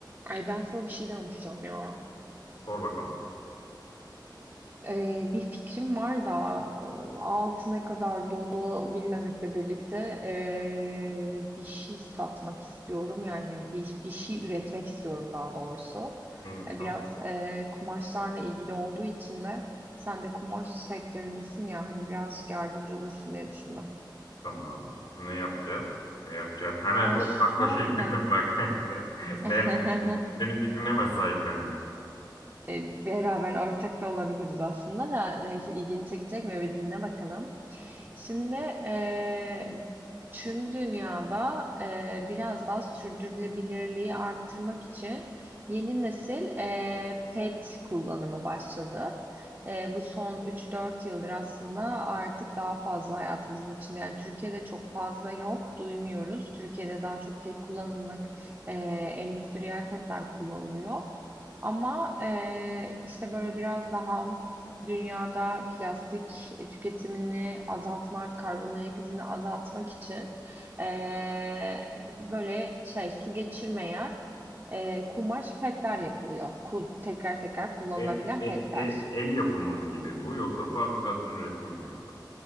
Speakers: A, on the right (about 35°); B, on the left (about 75°).
A: Ay ben sana bir şey danışacağım ya.
B: Sor bakalım.
A: Ee, bir fikrim var da e, altı ne kadar dolu bilmemekle birlikte e, bir şey satmak istiyorum. Yani bir, bir şey üretmek istiyorum daha doğrusu.
B: Neymiş
A: E,
B: o?
A: biraz e, kumaşlarla ilgili olduğu için de sen de kumaş sektöründesin ya hani birazcık yardımcı olursun diye düşündüm.
B: Tamam. Ne yapacağız? Ne yapacağız? Hemen
A: Ya
B: ortaklaşa
A: şöyle
B: girdim bak. <laughs>
A: <laughs>
B: Ne yapacağız? Senin fikrine hemen sahiplendim.
A: e, beraber ortak da olabiliriz aslında da neyse ilgini çekecek mi bir dinle bakalım. Şimdi eee, tüm dünyada eee, biraz daha sürdürülebilirliği arttırmak için yeni nesil eee, pet kullanımı başladı. Eee, bu son üç dört yıldır aslında artık daha fazla hayatımızın içinde. Yani Türkiye'de çok fazla yok, duymuyoruz. Türkiye'de daha çok tek kullanımlık eee, endüstriyel petler kullanılıyor. Ama eee, işte böyle biraz daha dünyada plastik e, tüketimini azaltmak, karbon ayak izini azaltmak için eee, böyle şey su geçirmeyen eee, kumaş petler yapılıyor. Ku- tekrar tekrar kullanılabilen
B: E- e-
A: petler.
B: e- el yapımı mı gibi bu yoksa fabrikasyon üretimi gibi mi?